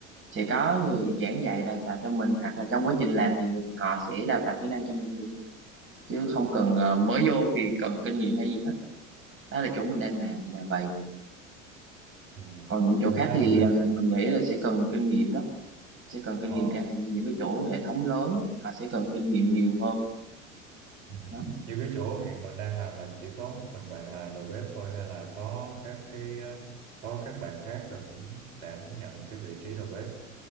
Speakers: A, on the right; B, on the right.
A: sẽ có người giảng dạy đào tạo cho mình hoặc là trong quá trình làm thì người- họ sẽ đào tạo kỹ năng cho mình luôn chứ không cần ờ, mới vô vì cần kinh nghiệm hay gì hết đó là chỗ mình đang làm là vậy
B: ừ.
A: còn những chỗ
B: cũng
A: khác
B: khá
A: thì
B: là hay
A: ờ, mình nghĩ là sẽ cần kinh nghiệm đó sẽ cần kinh
B: ờ
A: nghiệm chẳng hạn như những cái chỗ hệ thống lớn á, họ sẽ cần kinh nghiệm nhiều hơn
B: ừ.
A: đó
B: như cái chỗ hiện mình đang làm là chỉ có một mình bạn là đầu bếp thôi hay là có các cái ờ, có các bạn khác là cũng đảm nhận cái vị trí đầu bếp